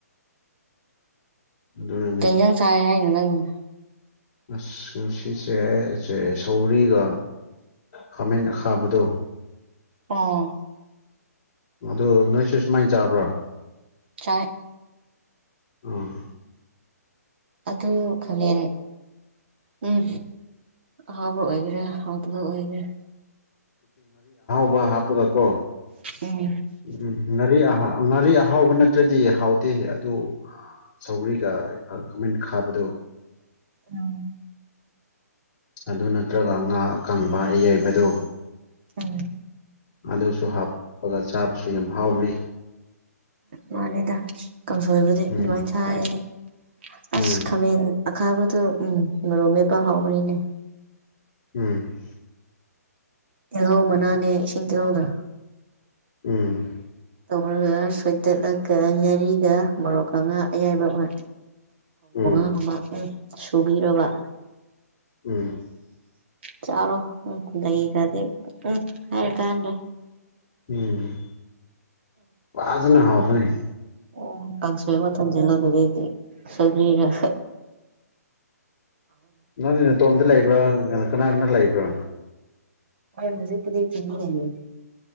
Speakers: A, on the left; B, on the right.
A: ꯑꯗꯨꯅꯅꯦ
B: ꯀꯩꯖꯥꯡ ꯆꯥꯔꯦ ꯍꯥꯏ ꯅꯪ ꯎ
A: ꯑꯁ ꯉ ꯁꯤꯁꯦ ꯁꯦ ꯁꯧꯔꯤꯒ ꯈꯥꯃꯦꯟ ꯈꯥꯕꯗꯣ
B: ꯑꯥ
A: ꯑꯗꯨ ꯅꯣꯏꯁꯨ ꯁꯨꯃꯥꯏꯅ ꯆꯥꯕ꯭ꯔꯥ
B: ꯆꯥꯛ
A: ꯑꯣ
B: ꯑꯗꯨ ꯈꯅꯦ ꯎꯝ ꯑꯍꯥꯎꯕ ꯑꯣꯏꯈꯔꯦ ꯍꯥꯎꯗꯨꯕ ꯑꯣꯏꯈꯔꯦ
A: ꯀ ꯍꯥꯄꯗꯣ
B: ꯎꯝ
A: ꯎꯝ ꯉꯔꯤ ꯑꯍꯥ ꯉꯥꯔꯤ ꯑꯍꯥꯎꯕ ꯅꯠꯇ꯭ꯔꯗꯤ ꯍꯥꯎꯇꯦ ꯑꯗꯨ ꯁꯧꯒ꯭ꯔꯤꯒ ꯀꯃꯥꯏꯅ ꯈꯥꯕꯗꯨꯣ
B: ꯑꯝ
A: ꯑꯗꯨ ꯅꯠꯇ꯭ꯔꯒ ꯉꯥ ꯑꯀꯪꯕ ꯑꯌꯥꯏꯕꯗꯨ
B: ꯎꯝ
A: ꯑꯗꯨꯁꯨ ꯍꯥꯞꯄꯒ ꯆꯥꯕꯁꯨ ꯌꯥꯝ ꯍꯥꯎꯕꯅꯤ
B: ꯃꯥꯅꯦꯗ ꯀꯥꯡꯁꯣꯏꯕꯨꯗꯤ ꯑꯗꯨꯃꯥꯏꯅ
A: ꯎꯝ
B: ꯆꯥꯔꯗꯤ
A: ꯎꯝ
B: ꯑꯁ ꯈꯥꯃꯦꯟ ꯑ ꯈꯥꯕꯗꯣ ꯎꯝ ꯃꯔꯨꯝ ꯃꯦꯄ ꯍꯥꯎꯕꯅꯤꯅꯦ
A: ꯎꯝ
B: ꯇꯤꯜꯍꯥꯎ ꯃꯅꯥꯅꯦ ꯏꯁꯤꯡ ꯇꯤꯜꯍꯥꯎꯗ
A: ꯎꯝ
B: ꯀꯧꯔꯒ ꯁꯣꯏꯗꯠꯂꯒ ꯉꯥꯔꯤꯒ ꯃꯣꯔꯣꯛꯀꯉꯥ ꯑꯌꯥꯏꯕ ꯑꯃ
A: ꯎꯝ
B: ꯑꯉꯃ ꯁꯨꯕꯤꯔꯣꯔꯕ
A: ꯎꯝ
B: ꯆꯥꯔꯣ ꯂꯩꯈ꯭ꯔꯗꯤ ꯎꯝ ꯍꯥꯏꯔ ꯇꯦ
A: ꯎꯝ ꯋꯥꯖꯅ ꯍꯅꯤ
B: ꯑꯣ ꯀꯪꯁꯋ ꯃ ꯊꯪꯖꯂ ꯑꯗꯨ ꯁꯒꯂꯤꯅ
A: ꯅꯪ ꯅꯇꯣꯝꯇ ꯂꯩꯕ꯭ꯔꯥ ꯀꯅꯥ ꯀꯅꯥ ꯂꯥꯏꯕ꯭ꯔꯣ
B: ꯍ ꯍꯧꯖꯤꯛ ꯀꯗꯤ ꯊ ꯍꯥꯏꯦ